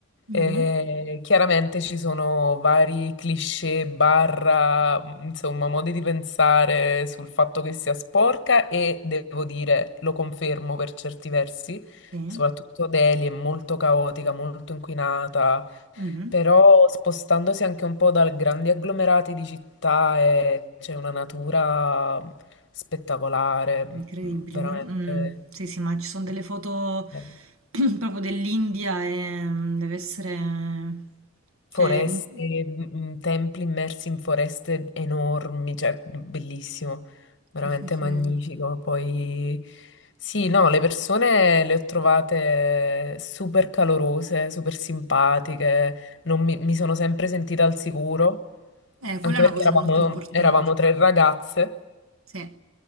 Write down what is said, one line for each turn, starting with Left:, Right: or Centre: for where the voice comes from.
Right: Mhm,
Left: Eh, chiaramente ci sono vari cliché, barra, mm, insomma, modi di pensare sul fatto che sia sporca e devo dire, lo confermo per certi versi,
Right: sì,
Left: soprattutto Delhi è molto caotica, molto inquinata,
Right: mhm.
Left: però spostandosi anche un po' da grandi agglomerati di città eh, c'è una natura spettacolare,
Right: Incredibile,
Left: mm, veramente.
Right: vero? Mm, sì, sì, ma ci sono delle
Left: Eh,
Right: foto
Left: eh.
Right: <clears throat> proprio dell'India e mm, deve essere...
Left: Foreste,
Right: Cioè, mm,
Left: mm, mm, templi immersi in foreste enormi, cioè bellissimo, veramente
Right: sì, sì, sì.
Left: magnifico. Poi sì, no, le persone le ho trovate super calorose, super simpatiche, non mi, mi sono sempre sentita al sicuro,
Right: Eh,
Left: anche
Right: quella è una
Left: perché
Right: cosa
Left: eravamo,
Right: molto importante.
Left: eravamo tre ragazze
Right: Sì.